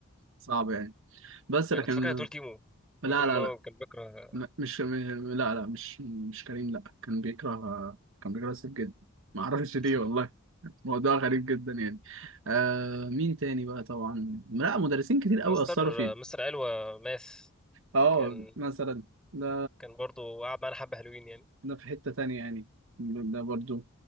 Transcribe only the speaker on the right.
صعب يعني بس
لكن
لا
لا
لا
م- مش م- لا لا مش مش كريم لا كان بيكره كان بيكره سيف جدا ما اعرفش ليه
والله <laughs> موضوع غريب جدا يعني آه مين تاني بقى طبعا لا مدرسين كتير
قوي اثروا فيه
اه
مثلا ده
ده في حتة تانية يعني ده برضو